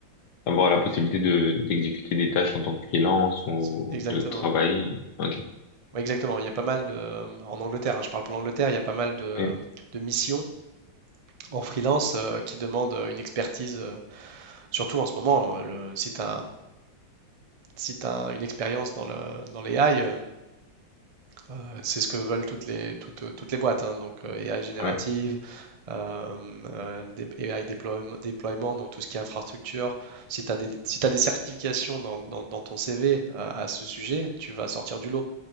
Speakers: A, on the left; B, on the right.
A: avoir la possibilité de, d'exécuter des tâches en tant que freelance ou
B: C'est- Exactement.
A: de travailler. Ok.
B: Ouais, Exactement. Il y a pas mal de, en Angleterre, hein, je parle pour l'Angleterre, il y a pas mal de,
A: ouais
B: de missions en freelance euh, qui demandent une expertise, euh, surtout en ce moment, euh, le, si tu as, si t'as une expérience dans le, dans l'AI, Euh, c'est ce que veulent toutes les, toutes, toutes les boîtes, hein, donc euh, AI générative,
A: oui,
B: euh, euh, dé- AI déploiement, déploiement, donc tout ce qui est infrastructure. Si tu as des, si t'as des certifications dans, dans- dans ton CV euh, à ce sujet, tu vas sortir du lot